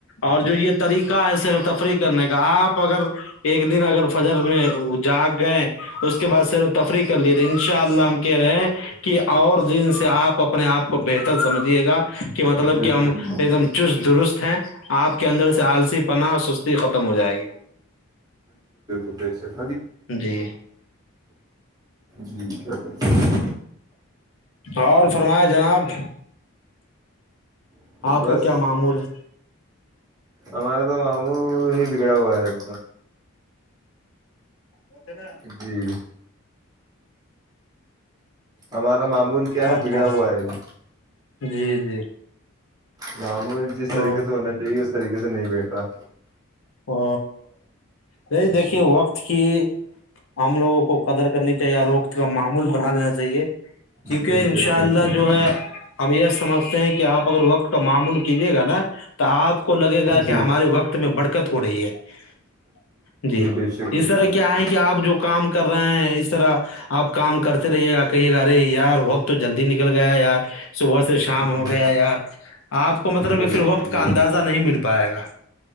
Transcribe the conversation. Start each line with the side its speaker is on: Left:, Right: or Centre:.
Left: اور جو یہ طریقہ ہے سیر و تفریح کرنے کا آپ اگر ایک دن اگر فجر میں جاگ گئے اس اس کے بعد سیر و تفریح کر لیے ان شاء اللہ ہم کہہ رہے ہیں کہ اور دن سے آپ اپنے آپ کو بہتر سمجھیے گا کہ مطلب
Right: بے
Left: کہ ہم
Right: شک
Left: ایک دم چست درست ہیں آپ کے اندر سے آالسی پناہ سستی ختم ہو جائے گی
Right: جیر
Left: جی
Right: جی کیا کر سکتے
Left: اور فرما جناب
Right: ہیں۔
Left: آپ
Right: بس
Left: کا کیا معمول ہے
Right: ہمارے تو ماموں ہی بگڑا ہوا ہے ابھی تو
Left: متے نا
Right: جی ہمارا معمول کیا ہے
Left: آپ
Right: بگڑا
Left: کو
Right: ہوا ہے ابھی
Left: جی جی
Right: معمول جس
Left: او
Right: طریقے سے ہونا چاہیے طریقے سے نہیں بیٹھتاا
Left: او نہیں دیکھیے
Right: جی
Left: وقت کی ہم لوگوں کو قدر کرنی چاہیے اور وقت کا معمول بنا لینا چاہیے ٹھیک
Right: بے
Left: ہے
Right: شک
Left: ان شاء
Right: بے
Left: اللہ
Right: شک
Left: جو ہے ہم یہ سمجھتے ہیں کہ آپ اگر وقت کا معمول کیجیے گا نا تو آپ کو لگے گا
Right: جی
Left: کہ ہمارے وقت میں بڑھتے دقت ہو رہی ہے جی
Right: بے شک بے
Left: اس طرح
Right: شک
Left: کیا ہے کہ آپ جو کام کر رہے ہیں اس طرح آپ کام کرتے رہیے گا کہیے گا ارے یار وقت جلدی نکل گیا یار صبح سے شام
Right: جی
Left: ہو گیا یار آپ کو مطلب
Right: بالکل
Left: کہ پھر وقت کا ان اندازہ نہیں مل پائے گا